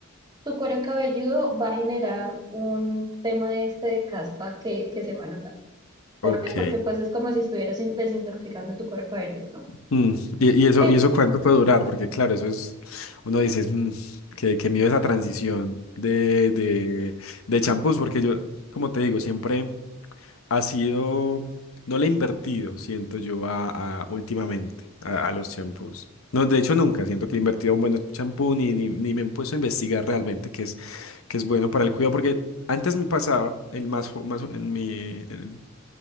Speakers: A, on the right; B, on the left.
A: tu cuero cabelludo va a generar un tema este de caspa que, que se va a notar. ¿Por
B: Ok.
A: qué? Porque pues es como si estuvieras in- desintoxicando tu cuero cabelludo, ¿no?
B: Mm, ¿Y, y eso,
A: Pe-
B: y eso cuánto puede durar? Porque claro, eso es, uno dice, "Mm, qué, qué miedo esa transición de, de, de champús, porque yo, como te digo, siempre ha sido, no le he invertido, siento yo, a, a- últimamente a, a los champús. No, de hecho nunca siento que he invertido a un buen champú ni, ni, ni me he puesto a investigar realmente qué es, qué es bueno para el cuidado, porque antes me pasaba, el más, jo- más en mi, en-